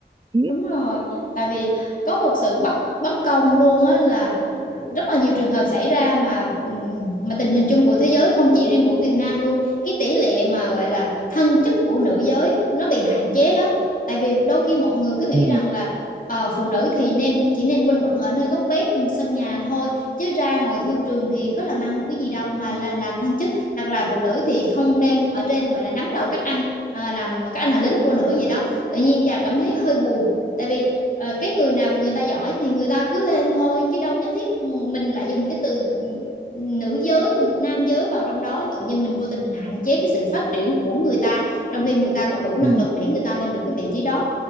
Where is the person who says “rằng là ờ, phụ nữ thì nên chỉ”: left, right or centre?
Left